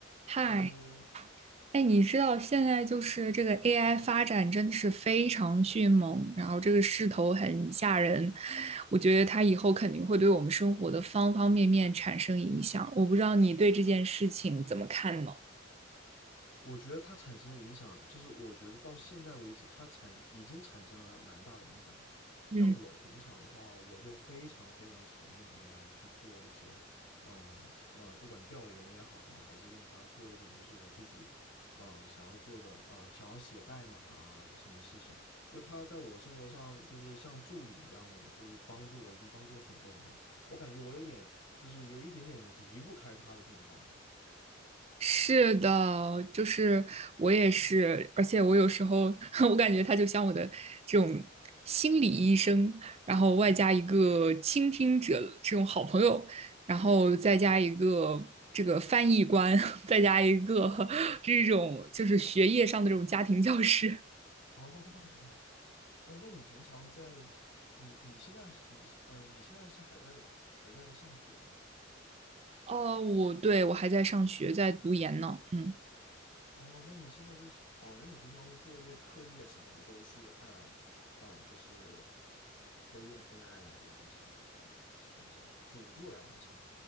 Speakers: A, on the right (about 30°); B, on the left (about 65°).
A: 嗨，
B: Hello，
A: 哎，你知道现在就是这个 AI 发展真的是非常迅猛，然后这个势头很吓人，我觉得它以后肯定会对我们生活的方方面面产生影响。我不知道你对这件事情怎么看呢？
B: 我觉得它产生影响，就是我觉得到现在为止，它产已经产生了蛮大的影响了。
A: 嗯。
B: 像我平常的话，我就非常非常常用 AI 去做一些，呃呃，不管调研也好啊，还是用它做一点就是我自己，呃，想要做的，呃，想要写代码啊，什么事情，就它在我生活上就是像助理一样的，就是帮助我，已经帮助了很多很多。我感觉我有点就是有一点点离不开它的这种概念。
A: 是的，就是我也是，而且我有时候 <laughs> 我感觉他就像我的这种心理医生，然后外加一个倾听者这种好朋友，然后再加一个这个翻译官，<laughs> 再加一个这种就是学业上的这种家庭教师。
B: 哦，哦，那你平常在你你现在你嗯、呃、你现在是还在还在上学吗？
A: 哦，我对我还在上学，在读研呢，嗯。
B: 哦，那你现在就是哦，那你平常的作业、课业什么的都是按呃就是都用 AI 来完成吗？大部分情况下辅助来完成。